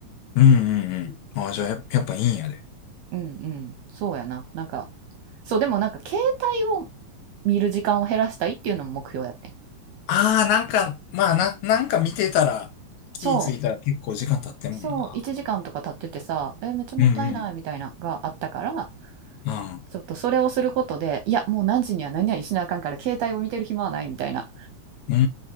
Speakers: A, on the left; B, on the right.
A: うんうんうん。
B: うん、
A: ああ、じゃあや、やっぱいいんやで。
B: うんうんそうやな。なんか、そう、でもなんか、携帯を見る時間を減らしたいっていうのも目標やってん。
A: ああ、なんか、まあな、なんか見てたら、
B: そう。
A: 気ぃついたら結構時間経ってんもんな。
B: そう、1時間とか経っててさ、え、めっちゃもったいないみたいなのがあったから、
A: うんうん。ああ、
B: ちょっとそれをすることで、いや、もう何時には何々しなあかんから、携帯を見てる暇はないみたいな
A: うんう